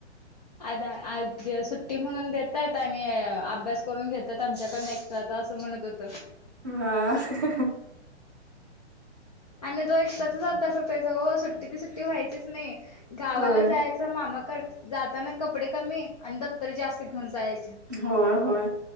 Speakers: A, on the left; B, on the right.
A: आता आज की, सुट्टी म्हणून देतात आणि अभ्यास करून घेतात आमच्याकडनं एक्स्ट्राचा असं म्हणत होती.
B: हा.
A: आणि तो एक्स्ट्राच चाच अभ्यास असायचा हो. सुट्टी ती सुट्टी व्हायचीच नाही. गावाला
B: होय.
A: जायचं, मामाकड जाताना ना कपडे कमी अन दप्तर जास्त घेऊन जायचे
B: होय. होय.